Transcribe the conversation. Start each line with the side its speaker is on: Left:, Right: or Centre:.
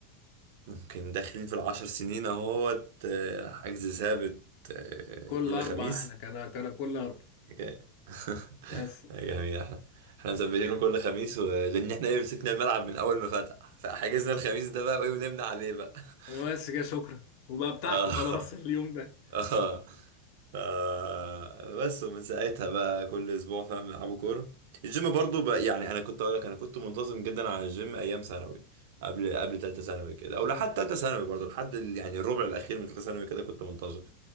Right: ممكن داخلين في العشر سنين اهوت آه، حجز ثابت آه،
Left: كل
Right: كل
Left: اربع
Right: خميس
Left: احنا كان كان كل اربع
Right: حكاية. <laughs>
Left: بس
Right: يعني احنا احنا مثبتينه كل خميس و... لان احنا ايه مسكنا الملعب من اول ما فتح فحجزنا الخميس ده بقى وايه ونمنا عليه بقى <laughs>
Left: بس كده شكرا وبقى بتاعكم
Right: اه
Left: خلاص <laughs> اليوم ده
Right: اه آه، بس ومن ساعتها بقى كل اسبوع فاهم بنلعبوا كوره الجيم برضو بقى يعني انا كنت اقول لك انا كنت منتظم جدا على الجيم ايام ثانوي قبل قبل ثالثه ثانوي كده او
Left: امم
Right: لحد ثالثه ثانوي برضو لحد ال- يعني الربع الاخير من ثالثه ثانوي كده كنت منتظم